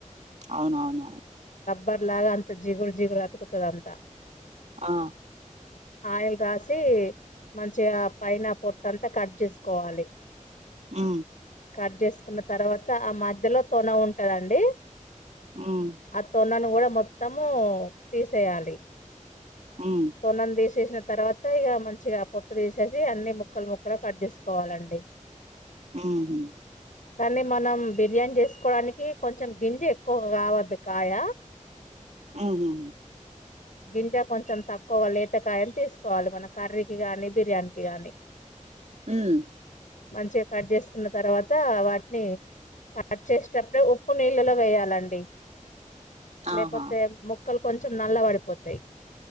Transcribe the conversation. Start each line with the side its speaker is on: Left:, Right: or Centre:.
Right: అవునవున
Left: బర్లగా అంత జిగురు జిగురు అతుకుతుది అంత
Right: ఆ
Left: ఆయిల్ రాసి మంచిగా పైన పొట్టంతా కట్ చేసుకోవాలి
Right: ఉ
Left: కట్ చేసుకున్న తర్వాత ఆ మధ్యలో తొన ఉంటదండి
Right: ఉమ్
Left: ఆ తొనను మూడ మొత్తమూ తీసేయాలి
Right: ఉమ్
Left: తొనన్ తీసేశ్న తర్వాత ఇగ మంచిగా పొట్టు తీసేసి అన్నీ ముక్కలు ముక్కలుగ కట్ చేసుకోవాలండి
Right: ఊహు
Left: కానీ మనం బిర్యానీ చేసుకోవడానికి కొంచెం గెంజెక్కువ కావద్దు కాయ
Right: ఉహు
Left: గింజ కొంచెం తక్కువగా లేతకాయని తీసుకోవాలి మన కర్రీకి గాని బిర్యానీకి గానీ
Right: మ్.
Left: మంచిగ కట్ చేసుకున్న తర్వాత వాట్ని కట్ చేసేటప్పుడే ఉప్పు నీళ్ళలో వేయాలండి. లేకపోతే
Right: ఆహా
Left: ముక్కలు కొంచెం నల్ల పడిపోతాయ్.